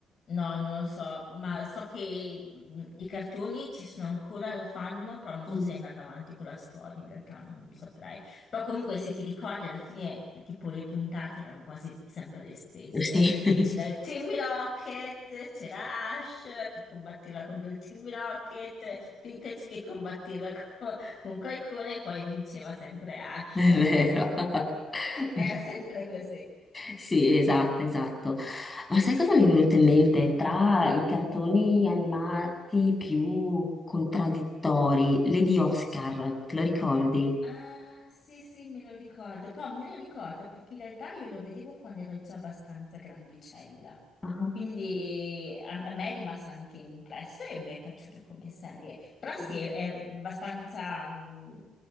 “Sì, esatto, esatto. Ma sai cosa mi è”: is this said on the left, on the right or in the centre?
Left